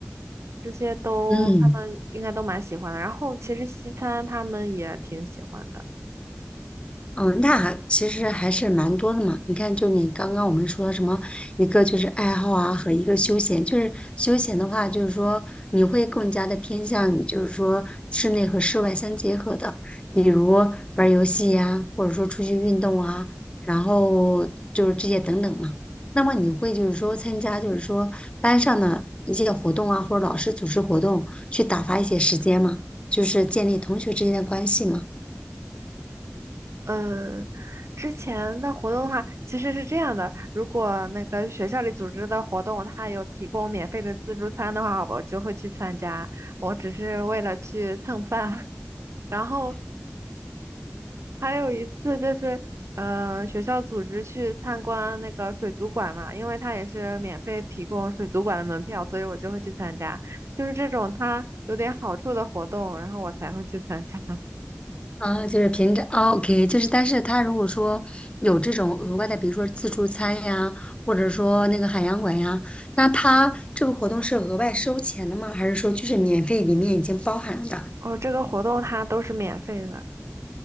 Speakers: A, on the right; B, on the left.
A: 这些都他们应该都蛮喜欢的。
B: 嗯。
A: 然后其实西餐他们也挺喜欢的。
B: 嗯，那其实还是蛮多的嘛。你看，就你刚刚我们说什么，一个就是爱好啊，和一个休闲。就是休闲的话，就是说你会更加的偏向于，就是说室内和室外相结合的，比如玩儿游戏呀、或者说出去运动啊，然后就是这些等等嘛。那么你会就是说参加，就是说班上的一些活动啊，或者老师组织活动，去打发一些时间吗？就是建立同学之间的关系嘛。
A: 呃，之前的活动的话，其实是这样的，如果那个学校里组织的活动，它有提供免费的自助餐的话，我就会去参加，我只是为了去蹭饭。<laughs> 然后还有一次就是，呃，学校组织去参观那个水族馆嘛，因为它也是免费提供水族馆的门票，所以我就会去参加。就是这种它有点好处的活动，然后我才会去参加。<laughs>
B: 啊，就是平常 o k 就是，但是他如果说有这种额外的，比如说自助餐呀，或者说那个海洋馆呀，那他这个活动是额外收钱的吗？还是说就是免费里面已经包含了的？
A: 哦，这个活动它都是免费的。